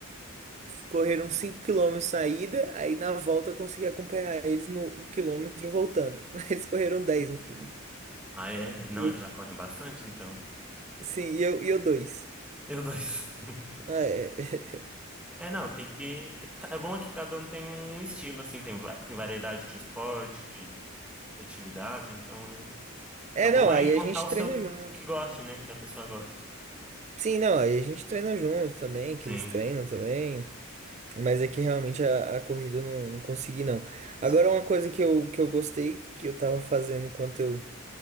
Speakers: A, on the right; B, in the centre.
A: Correram 5 quilômetros saída aí na volta eu consegui acompanhar eles no, no quilômetro voltando. <laughs> Eles correram 10 no fim.
B: Ah, é? Não,
A: Eu-
B: eles já correm bastante, então.
A: sim, e eu, e eu 2.
B: Meu Deus. <laughs>
A: é, é,
B: É, não, tem que. tem- É bom é que cada um tem um estilo, assim, tem, va- tem variedade de esporte, de atividade, então é.
A: É,
B: É bom
A: não, aí
B: é encontrar
A: a gente
B: o
A: treina
B: seu que,
A: junto.
B: que goste, né? Que a pessoa goste.
A: Sim, não, aí a gente treina junto também, que
B: Sim,
A: eles treinam também. Mas é que realmente a, a corrida eu não, não consegui, não. Agora,
B: sim,
A: uma coisa que eu, que eu gostei, que eu tava fazendo enquanto eu